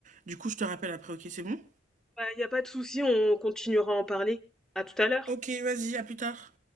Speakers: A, on the right (about 40°); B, in the centre.
A: du coup, je te rappelle après, ok, c'est bon?
B: Bah, y a pas de souci, on continuera à en parler. À tout à l'heure.
A: Ok, vas-y, à plus tard.